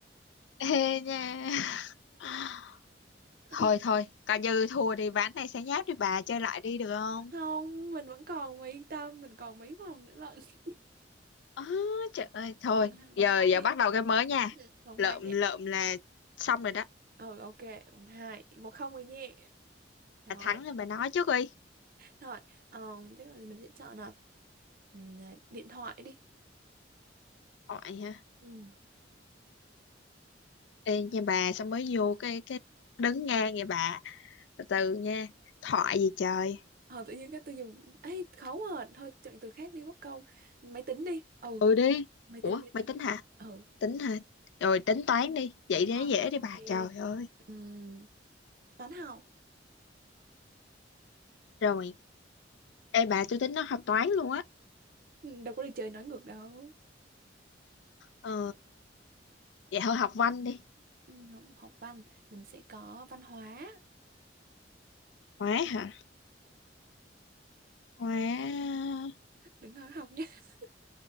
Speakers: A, on the left; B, on the right.
A: Ê nha. <laughs>
B: <laughs>
A: Thôi thôi, coi như thua đi ván này sáng nháp đi bà chơi lại đi được không?
B: Không, mình vẫn còn mà yên tâm, mình còn mấy vòng nữa lận. <laughs>
A: Ờ, trời ơi, thôi,
B: Vòng hai, vòng
A: giờ
B: hai
A: giờ
B: đi.
A: bắt đầu cái mới nha.
B: Ừ, Vòng
A: Lợm
B: hai nhé.
A: lợm là xong rồi đó.
B: Ừ, ok, vòng hai. Một không rồi nhé. Rồi,
A: Bà thắng rồi bà nói trước đi.
B: rồi, ờ, chắc là mình sẽ chọn là ừ, điện thoại đi
A: Hỏi
B: Ừ.
A: Ê nha bà sao mới vô cái cái đứng ngang vậy bà từ từ nha thoại gì trời
B: Ờ, tự nhiên cái tôi dùng ấy khó à thôi chọn từ khác đi mất công máy tính đi ừ
A: ừ đi
B: máy
A: ủa
B: tính máy
A: mày
B: tính
A: tính hả
B: ừ
A: tính hả rồi tính toán đi vậy
B: à,
A: dễ dễ đi
B: ok
A: bà trời ơi
B: Ừm, toán học
A: rồi ê bà tôi tính nó học toán luôn á
B: Ừ, đâu có đi chơi nói ngược đâu
A: ờ vậy thôi học văn đi
B: Ừm, học, học văn mình sẽ có văn hóa
A: hóa hả hóa
B: <laughs> đừng nói học nhé <laughs>